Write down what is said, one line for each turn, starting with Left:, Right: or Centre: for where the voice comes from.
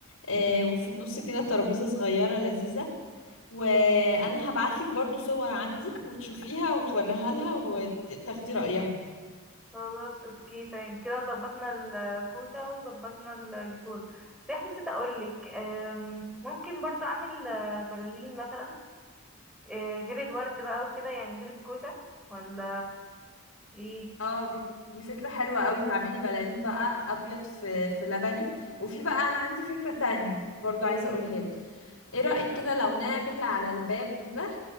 Left: آه،
Centre: مم.
Left: وفي النص كده ترابيزه صغيره لذيذه وانا هبعتلك برضو صور عندي وتشوفيها وتوريها لها وتاخدي رايها
Centre: خلاص اوكي تمام كده ظبطنا الكوشة وظبطنا الديكور بس احنا نسيت اقولك أم، ممكن برضو اعمل آه، بلالين مثلا آه، غير الورد بقى وكده يعني غير الكوشة ولا ايه
Left: اه دي دي فكرة حلوة قوي تعملي بلالين بقى ابيض في في لبني وفي بقى انا عندي فكرة تانية برضو
Centre: ايه
Left: عايزة
Centre: هي
Left: اقولها لك ايه رأيك كده لو نعمل على الباب كده